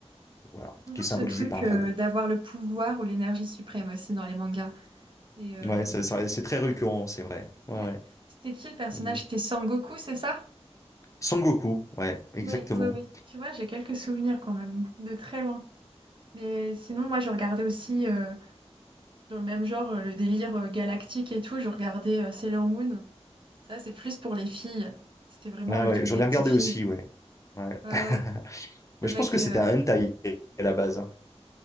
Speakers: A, on the left (about 30°); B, on the right (about 50°).
A: voilà,
B: Toujours
A: qui est symbolisé
B: ce truc
A: par un
B: euh,
A: dragon.
B: d'avoir le pouvoir ou l'énergie suprême aussi dans les mangas. Et euh,
A: Ouais, ça- ça- c'est très récurrent, c'est vrai. Ouais,
B: ouais.
A: ouais.
B: C'était qui le personnage?
A: Mhm.
B: C'était Sangoku, c'est ça?
A: Sangoku, ouais, exactement.
B: Oui, oui, oui. Tu vois, j'ai quelques souvenirs quand même, de très loin. Mais sinon, moi, je regardais aussi, euh, dans le même genre, euh, le délire euh, galactique et tout. Je regardais euh, Sailor Moon. Ça, c'est plus pour les filles. C'était vraiment
A: Ah
B: le
A: ouais,
B: truc
A: j'en
B: des
A: ai
B: petites
A: regardé
B: filles.
A: aussi, ouais. Ouais.
B: Ouais,
A: <laughs>
B: ouais. Avec.
A: Mais je pense que c'était
B: euh,
A: un hentai à la base. hein.